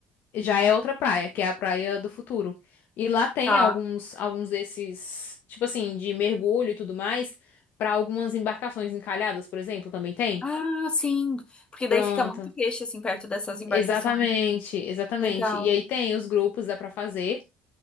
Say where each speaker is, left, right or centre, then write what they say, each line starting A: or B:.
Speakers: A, on the left; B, on the left.
A: já é outra praia, que é a Praia do Futuro. E lá tem
B: Tá.
A: alguns alguns desses, tipo assim, de mergulho e tudo mais, para algumas embarcações encalhadas, por exemplo, também tem.
B: Ah, sim. Porque daí
A: Pronto.
B: fica muito peixe assim perto dessas embarcações.
A: Exatamente, exatamente.
B: Legal.
A: E aí tem os grupos, dá pra fazer,